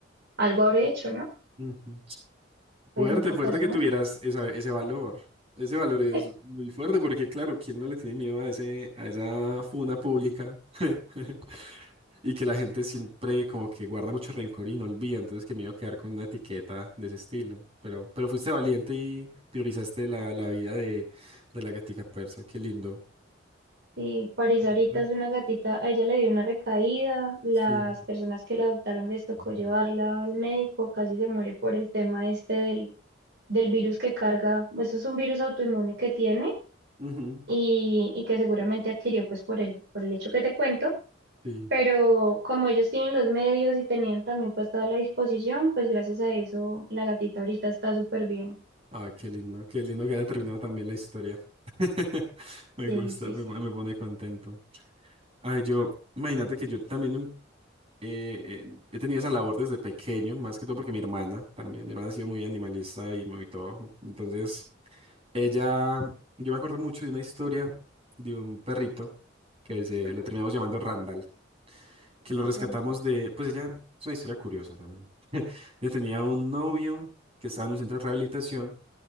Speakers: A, on the right; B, on the right.
A: algo habré hecho, ¿no?
B: Ujú.
A: Pues
B: Fuerte,
A: nunca
B: fuerte
A: pasó.
B: que tuvieras esa- ese valor. Ese valor es
A: <laughs>
B: muy fuerte porque, claro, ¿quién no le tiene miedo a ese, a esa funa pública? <laughs> Y que la gente siempre como que guarda mucho rencor y no olvida, entonces que me iba a quedar con una etiqueta de ese estilo. Pero, pero fuiste valiente y priorizaste la, la vida de, de la gatica persa, qué lindo.
A: Y París
B: Lindo.
A: ahorita es una gatita, a ella le dio una recaída, las
B: Sí.
A: personas que la adoptaron les tocó
B: Ujú.
A: llevarla al médico, casi se muere por el tema este del, del virus que carga, eso es un virus autoinmune que tiene
B: Ujú,
A: y, y que seguramente adquirió pues por el, por el hecho que te cuento.
B: Sí.
A: Pero como ellos tienen los medios y tenían también pues toda la disposición, pues gracias a eso la gatita ahorita está súper bien.
B: Ay, qué lindo, qué lindo que haya terminado también la historia. <laughs> Me
A: Sí,
B: gusta,
A: sí,
B: me,
A: sí.
B: pone- me pone contento. Ay, yo, imagínate que yo también em- eh, eh, he tenido esa labor desde pequeño, más que todo porque mi hermana también, mi hermana ha sido muy animalista y muy todo. ¿no? Entonces, ella, yo me acuerdo mucho de una historia de un perrito que se
A: Ujú,
B: lo terminamos llamando Randall, que lo
A: realmente.
B: rescatamos de, pues ella, es una historia curiosa también. Ella tenía un novio que estaba en un centro de rehabilitación